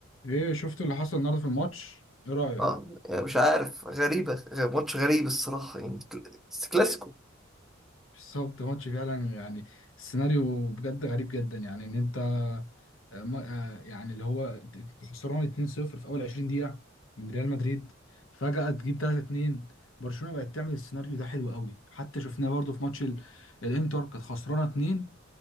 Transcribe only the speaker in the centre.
اه يعني مش عارف غريبة غ- ماتش غريب الصراحة يعني كل- بس كلاسيكو